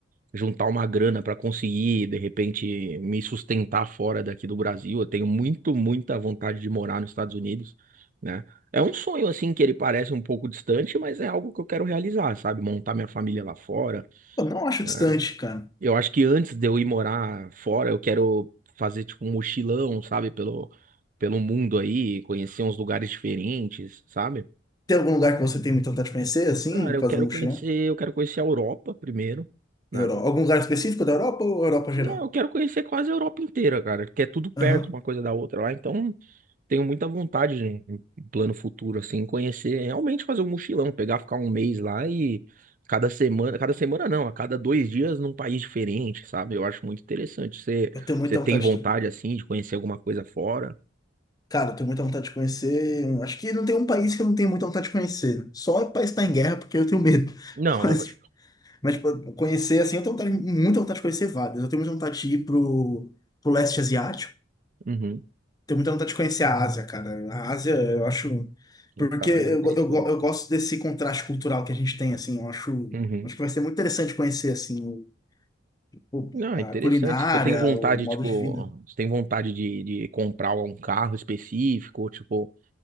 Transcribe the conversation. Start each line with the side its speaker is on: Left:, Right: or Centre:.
Right: juntar uma grana para conseguir, de repente, me sustentar fora daqui do Brasil. Eu tenho muito, muita vontade de morar nos Estados Unidos, né? É um sonho, assim, que ele parece um pouco distante, mas é algo que eu quero realizar, sabe? Montar minha família lá fora,
Left: Pô, não acho
Right: né?
Left: distante, cara.
Right: Eu acho que antes de eu ir morar fora, eu quero fazer, tipo, um mochilão, sabe? Pelo, pelo mundo aí, conhecer uns lugares diferentes, sabe?
Left: Tem algum lugar que você tem muita vontade de conhecer, assim,
Right: Cara, eu
Left: fazer
Right: quero
Left: um mochilão?
Right: conhecer, eu quero conhecer a Europa primeiro. né?
Left: Em Europa. Algum lugar específico da Europa ou Europa geral?
Right: Não, eu quero conhecer quase a Europa inteira, cara, que é tudo perto
Left: Aham.
Right: uma coisa da outra lá, então tenho muita vontade de um um plano futuro assim, conhecer, realmente fazer um mochilão, pegar, ficar um mês lá e cada semana, cada semana não, a cada dois dias num país diferente, sabe? Eu acho muito interessante. Você,
Left: Eu tenho muita
Right: você tem
Left: vontade
Right: vontade
Left: também.
Right: assim de conhecer alguma coisa fora?
Left: Cara, eu tenho muita vontade de conhecer. um, Acho que não tem um país que eu não tenho muita vontade de conhecer. Só o país que tá em guerra, porque eu tenho medo. <laughs>
Right: Não,
Left: Mas,
Right: lógico.
Left: mas tipo, conhecer, assim, eu tenho vontade- muita vontade de conhecer vários. Eu tenho muita vontade de ir pro, pro leste asiático.
Right: Uhum.
Left: Tenho muita vontade de conhecer a Ásia, cara. A Ásia, eu acho.
Right: Vontade,
Left: Porque eu,
Right: interessante.
Left: go- eu, go- eu gosto desse contraste cultural que a gente tem, assim. Eu acho,
Right: Uhum.
Left: acho que vai ser muito interessante conhecer, assim, o, o-
Right: Não,
Left: a
Right: é interessante.
Left: culinária,
Right: Você tem vontade,
Left: o modo
Right: tipo,
Left: de vida.
Right: você tem vontade de, de comprar um carro específico, tipo